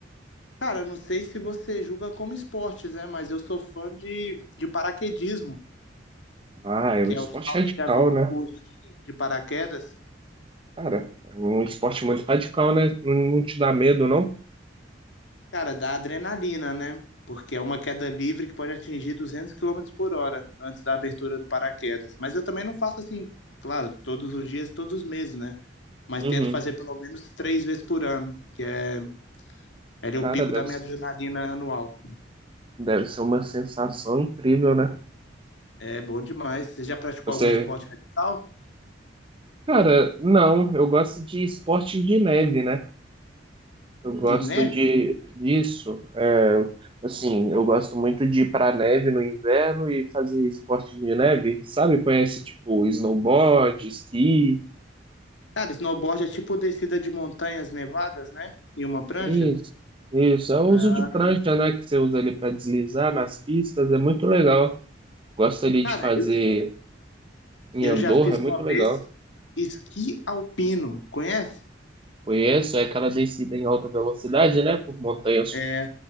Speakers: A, on the left; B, on the right.
A: Cara, eu não sei se você julga como esportes, né? Mas eu sou fã de, de paraquedismo,
B: Ah, é
A: que
B: um esporte
A: é o salto
B: radical,
A: de avião
B: né?
A: com uso de, de paraquedas.
B: Cara, é um esporte muito radical, né? Não, não te dá medo, não?
A: Cara, dá adrenalina, né? Porque é uma queda livre que pode atingir 200 quilômetros por hora antes da abertura do paraquedas. Mas eu também não faço assim, claro, todos os dias e todos os meses, né? Mas
B: Uhum.
A: tento fazer pelo menos três vezes por ano, que é, é
B: Cara,
A: o pico
B: deve,
A: da minha
B: ser-
A: adrenalina anual.
B: deve ser uma sensação incrível, né?
A: É bom demais. Você já praticou
B: Você,
A: algum esporte radical?
B: cara, não, eu gosto de esporte de neve, né? Eu gosto
A: De neve?
B: Hum, de disso. É, assim, eu gosto muito de ir pra neve no inverno e fazer esporte de neve, sabe? Conhece tipo snowboard, esqui,
A: Cara, snowboard é tipo descida de montanhas nevadas, né? E uma prancha?
B: isso, isso. É o
A: Ah,
B: uso de prancha, né? Que você usa ali pra deslizar nas pistas, é muito legal. Gosto ali
A: cara,
B: de fazer
A: eu,
B: em
A: eu
B: Andorra,
A: já fiz
B: é muito
A: uma
B: legal.
A: vez esqui alpino, conhece?
B: Conheço, é aquela descida em alta velocidade, né? Por montanhas.
A: É,